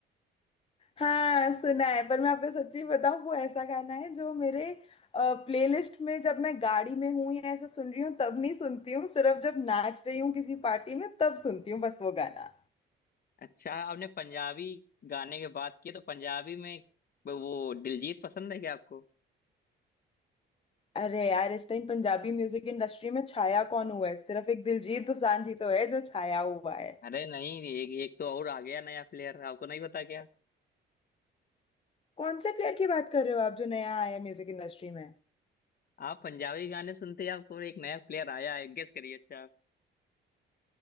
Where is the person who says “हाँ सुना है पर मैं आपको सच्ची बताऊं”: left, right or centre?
Left